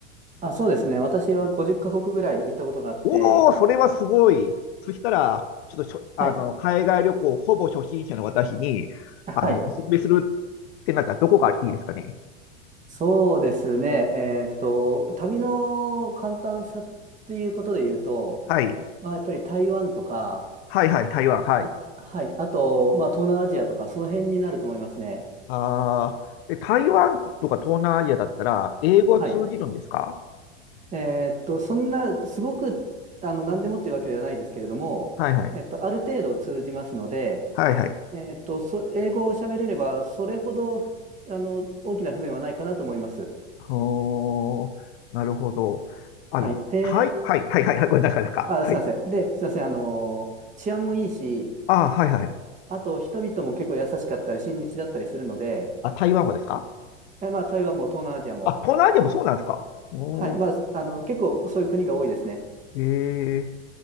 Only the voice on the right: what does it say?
あ、そうですね。私は50カ国ぐらい行ったことがあって、
はい。
はい。
そうですね。えっと、旅の簡単さということで言うと、
まあ、やっぱり台湾とか、
あ、はい。あと、まあ、東南アジアとか、その辺になると思いますね。
はい。えっと、そんな、すごく、あの、何でもっていうわけではないですけれども、
えっと、ある程度通じますので、
えっと、そ、英語を喋れれば、それほど、あの、大きな不便はないかなと思います。
はい。で、
あ、
すいません。で、すいません。あの、治安もいいし、
あと、人々も結構優しかったり、親日だったりするので、
え、まあ、台湾も東南アジアも、
はい。まあ、あの、結構そういう国が多いですね。